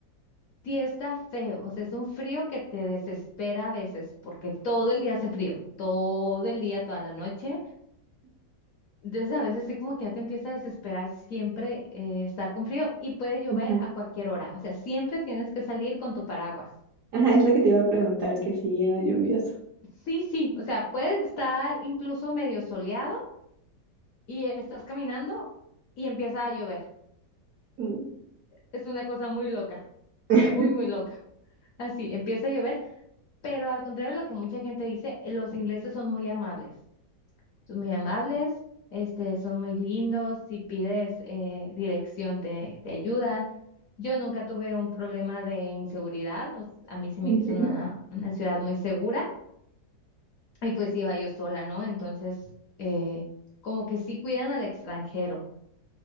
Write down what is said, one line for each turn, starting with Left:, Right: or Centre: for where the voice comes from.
Left: sí está feo, o sea, es un frío que te desespera a veces porque todo el día hace frío, todo el día, toda la noche. Entonces a veces sí como que ya te empieza a desesperar siempre eh, estar con frío y puede llover
Right: Ajá,
Left: a cualquier hora. O sea, siempre tienes que salir con tu paraguas.
Right: Ajá, es lo que te iba a preguntar, que si era lluvioso.
Left: Sí, sí, o sea, puede estar incluso medio soleado y estás caminando y empieza a llover.
Right: Mm,
Left: Es una cosa muy loca,
Right: <laughs>
Left: muy, muy loca. Así, empieza a llover, pero al contrario de lo que mucha gente dice, eh, los ingleses son muy amables, son muy amables, este, son muy lindos, si pides eh, dirección te, te ayudan. Yo nunca tuve un problema de inseguridad, o s- a mí se me
Right: Ok.
Left: hizo una una ciudad muy segura. Y pues iba yo sola, ¿no? Entonces, eh, como que sí cuidan al extranjero